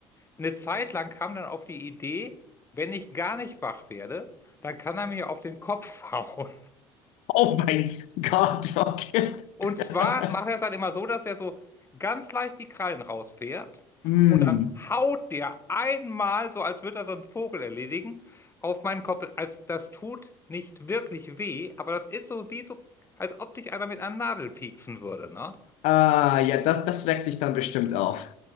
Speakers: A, on the left (about 20°); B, on the left (about 70°).
A: eine Zeit lang kam dann auf die Idee, wenn ich gar nicht wach werde, dann kann er mir auf den Kopf <laughs> hauen.
B: Oh mein Gott, okay.
A: Und
B: <laughs>
A: zwar macht er es halt immer so, dass er so ganz leicht die Krallen rausfährt
B: Hm.
A: und dann haut der einmal, so als würde er so einen Vogel erledigen, auf meinen Kopf. Also das tut nicht wirklich weh, aber das ist so wie so, als ob dich einer mit einer Nadel pieksen würde, ne?
B: Ah, ja, das, das weckt dich dann bestimmt auf.